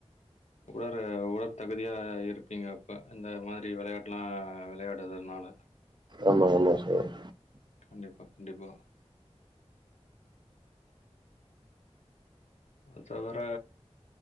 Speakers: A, on the left; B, on the right.
A: உயர உடற் தகுதியா இருப்பீங்க அப்ப இந்த மாரி விளையாட்டுலா விளையாட் டதுனால
B: ஆமா ஆமா ஆ சேரி
A: கண்டிப்பா கண்டிப்பா அத தவிர